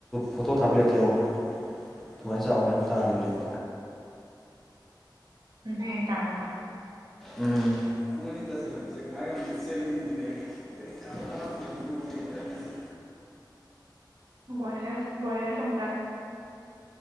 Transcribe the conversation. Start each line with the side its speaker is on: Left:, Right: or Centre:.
Centre: ꯐꯣꯇꯣ ꯊꯥꯕꯤꯔꯛꯀꯦ ꯌ‌ꯦꯡꯉꯣ ꯑꯗꯨꯃꯥꯏ ꯆꯥꯎꯕ ꯃꯌꯥꯝ ꯇꯥꯔꯤ ꯍꯧꯖꯤꯛ
Right: ꯔ‌ꯦꯟ ꯇꯥꯏꯑꯦꯕ
Centre: ꯎꯝ ꯄꯨꯡ ꯑꯅꯤ ꯇꯥꯁꯤꯜꯂꯛꯄꯁꯦ ꯉꯥꯏ ꯉꯝꯗ ꯆꯦꯜꯂꯛꯏꯅꯤꯅꯦ <unintelligible>
Right: ꯕꯣꯏꯂ‌ꯦꯁ ꯕ‌ꯣꯏꯂ꯭ꯔ ꯊ‌ꯣꯡ